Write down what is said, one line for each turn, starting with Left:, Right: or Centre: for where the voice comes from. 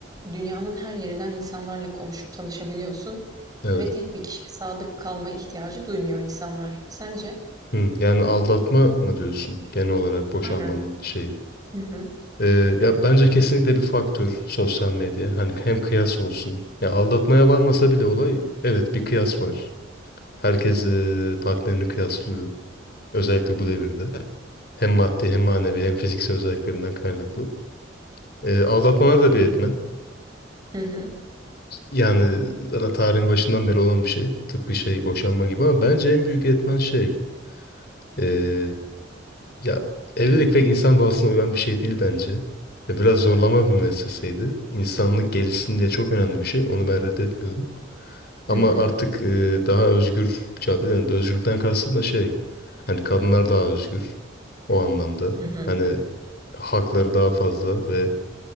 Right: dünyanın her yerinden insanlarla konuşup tanışabiliyorsun
Left: Evet.
Right: ve tek bir kişiye sadık kalma ihtiyacı duymuyor insanlar. Sence?
Left: Hı, yani aldatma mı diyorsun genel olarak boşanmanın
Right: Aynen.
Left: şeyi?
Right: Hı hı.
Left: Ee, ya bence kesinlikle bir faktör sosyal medya. Hani hem kıyas olsun. Ya aldatmaya varmasa bile olay evet bir kıyas var. Herkes e, partnerini kıyaslıyor. Özellikle bu devirde. Hem maddi hem manevi hem fiziksel özelliklerinden kaynaklı. Ee, aldatmalar da bir etmen.
Right: Hı hı.
Left: Yani zaten tarihin başından beri olan bir şey. Tıpkı şey boşanma gibi ama bence en büyük etmen şey. eee, ya evlilik pek insan doğasına uyan bir şey değil bence. Ve biraz zorlama bir müesseseydi. İnsanlık gelişsin diye çok önemli bir şey. Onu ben reddetmiyorum.
Right: Hı
Left: Ama
Right: hı.
Left: artık eee, daha özgür bir çağda yani özgürlükten kastım da şey. Hani kadınlar daha özgür. O anlamda.
Right: Hı hı.
Left: Hani hakları daha fazla ve